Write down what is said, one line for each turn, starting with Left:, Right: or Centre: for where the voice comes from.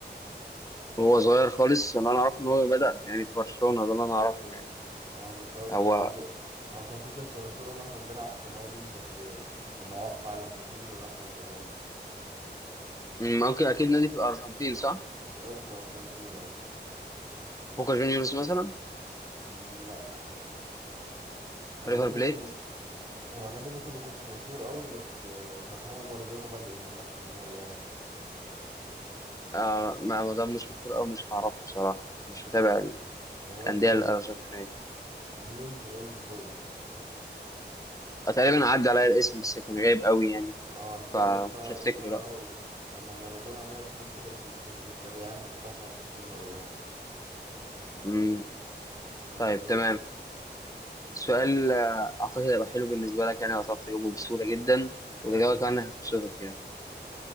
Left: هو صغير خالص اللي أنا أعرفه إن هو بدأ يعني في برشلونة ده اللي أنا أعرفه يعني
Right: اه بس هو
Left: هو
Right: كان قبل هو كان في قصة مشهورة إن هو كان بيلعب في نادي بس لما وقع على منديل وراح برشلونة
Left: ممكن أكيد نادي في الأرجنتين صح؟
Right: نادي في الأرجنتين اه
Left: بوكا جونيورز مثلا
Right: مم، لأ هو
Left: ريفر
Right: نادي
Left: بليت
Right: ممكن هو نادي ممكن ميكونش مشهور قوي بس كان هو مارادونا بادئ من نفس النادي يعني
Left: آه ما ما ده مش مشهور أوي مش هعرفه بصراحة مش متابع
Right: هو
Left: الأندية
Right: اسمه
Left: الأرجنتينية
Right: نيولز أولد بويز
Left: تقريبا عدى عليا الاسم بس كان غايب قوي يعني
Right: اه أصل
Left: فمش
Right: هو اتشهر
Left: هفتكره
Right: اتشهر
Left: لا
Right: قوي لما مارادونا مات ميسي لبس تيشيرت الفريق يعني واحتفل احتفال مارادونا
Left: امم
Right: ماشي
Left: طيب
Right: دورك
Left: تمام
Right: مم.
Left: سؤال آه، اعتقد هيبقى حلو بالنسبه لك يعني هتعرف تجاوبه بسهوله جدا والاجابه
Right: مم.
Left: كمان هتبسطك يعني